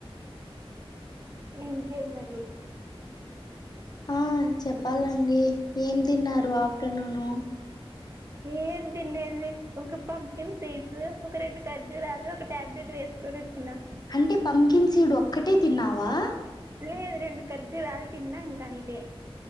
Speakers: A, on the right; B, on the left.
A: ఇంకే మరి
B: ఆ చెప్పాలండి ఏం తిన్నారు ఆఫ్టర్నూన్
A: ఏం తినలేదు లే ఒక పంప్కిన్ సీడ్స్ ఒక రెండు కజ్జూరాలు ఒక టాబ్లెట్ వేసుకొని వచ్చినా
B: అంటే పంకిన్ సీడు ఒక్కటే తిన్నావా
A: లేదు రెండు ఖర్జులుాలి తిన్న ఇంక అంతే